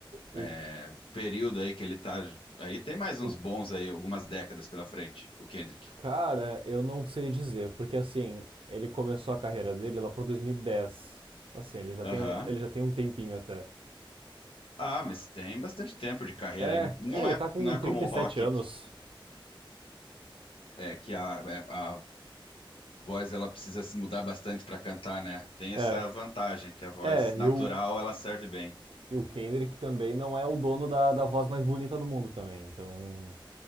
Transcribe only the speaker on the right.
O,
o
cara, eu não sei dizer, porque assim, ele começou a carreira dele lá por dois mil e dez Assim, ele já
tem, ele já tem um tempinho até.
É,
é, ele
tá com
trinta
e
sete anos.
É,
é,
e o,
e o Kendrick também não é o dono da, da voz mais bonita do mundo também, então.